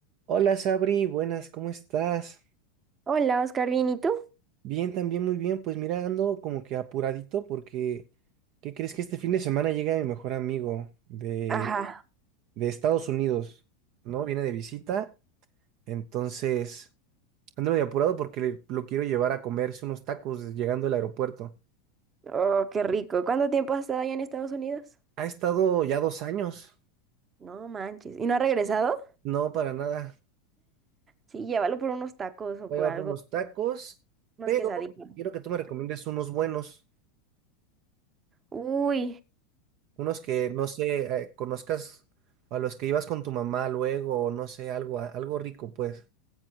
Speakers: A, on the right; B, on the right.
A: Hola Sabri, buenas, ¿cómo estás?
B: Hola, Oscar, ¿bien y tú?
A: Bien, también muy bien. Pues mira, ando como que apuradito porque, ¿qué crees que este fin de semana llega mi mejor amigo de,
B: Ajá.
A: de Estados Unidos, ¿no? Viene de visita, entonces ando medio apurado porque le- lo quiero llevar a comerse unos tacos llegando al aeropuerto.
B: Oh, qué rico. ¿Cuánto tiempo has estado allá en Estados Unidos?
A: Ha estado ya dos años,
B: No manches. ¿Y no ha regresado?
A: no para nada.
B: Sí, llévalo por unos tacos o
A: Voy
B: por
A: a llevar
B: algo,
A: unos tacos,
B: unos
A: pero
B: quesadillas.
A: quiero que tú me recomiendes unos buenos.
B: Uy,
A: Unos que, no sé, eh, conozcas a los que ibas con tu mamá luego, o no sé, algo, a- algo rico, pues.